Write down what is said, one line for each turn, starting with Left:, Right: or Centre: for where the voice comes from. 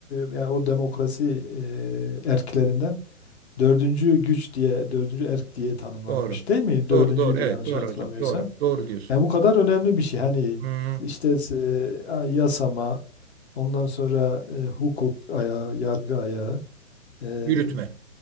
Left: e, yani o demokrasi e, erklerinden dördüncü güç diye dördüncü erk diye tanımlanmış
Right: Doğru.
Left: değil mi?
Right: Doğru
Left: Dördüncüydü
Right: doğru evet
Left: yanlış
Right: doğru
Left: hatırlamıyorsam.
Right: hocam doğru doğru diyorsun.
Left: Ya bu kadar önemli bir şey. Hani
Right: Hmm,
Left: işte e, yasama, ondan sonra e, hukuk ayağı, yargı ayağı, e,
Right: yürütme.